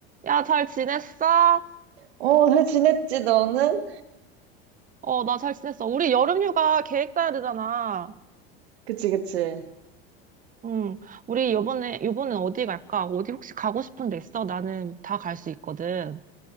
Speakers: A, on the right (about 25°); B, on the right (about 85°).
A: 야, 잘 지냈어?
B: 어, 잘 지냈지, 너는?
A: 어, 나 잘 지냈어. 우리 여름휴가 계획 짜야 되잖아.
B: 그치, 그치.
A: 응. 우리 요번에, 요번엔 어디 갈까? 어디 혹시 가고 싶은 데 있어? 나는 다 갈 수 있거든.